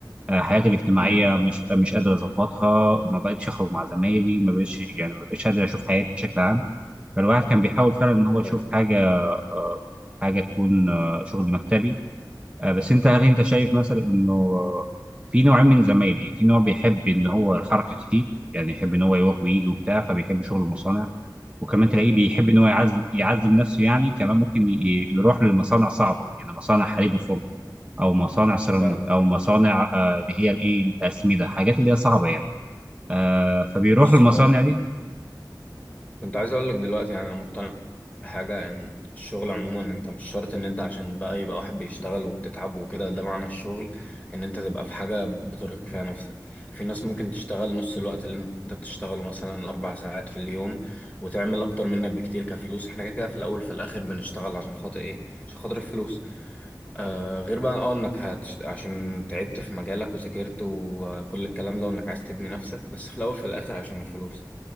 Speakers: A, on the right; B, on the left.
A: آه، حياتي الاجتماعيه
B: امم
A: مش مش قادر اظبطها ما بقتش اخرج مع زمايلي ما بقتش يعني ما بقتش قادر اشوف حياتي بشكل عام فالواحد كان بيحاول فعلا ان هو يشوف
B: طيب
A: حاجه آه، حاجه تكون آه، شغل مكتبي آه، بس انت هل انت شايف مثلا انه آه، في نوعين من زمايلي في نوع بيحب ان هو الحركه كتير يعني يحب ان هو يروح ويجي وبتاع فبيحب شغل المصانع وكمان تلاقيه بيحب ان هو
B: امم
A: يعذب يعذب نفسه يعني كمان ممكن ي- ي- يروح للمصانع صعبه يعني مصانع حديد الفرن او مصانع سيراميك
B: فاهمك
A: او مصانع آه، اللي هي الايه الاسمده حاجات اللي هي صعبه يعني آه، فبيروح
B: بص
A: للمصانع دي
B: كنت عايز اقول لك دلوقتي يعني انا مقتنع بحاجه ان الشغل عموما انت مش شرط ان انت عشان بقى يبقى واحد بيشتغل وبتتعب وكده ده معنى الشغل ان انت تبقى في حاجه بترهق فيها نفسك في ناس ممكن تشتغل نص الوقت اللي انت بتشتغله مثلا اربع ساعات في اليوم وتعمل اكتر منك بكتير كفلوس احنا كده كده في الاول في الاخر بنشتغل عشان خاطر ايه عشان خاطر الفلوس آه غير بقى اه انك هتشت... عشان تعبت في مجالك وذاكرت وكل الكلام ده وانك عايز تبني نفسك بس في الاول في الاخر عشان الفلوس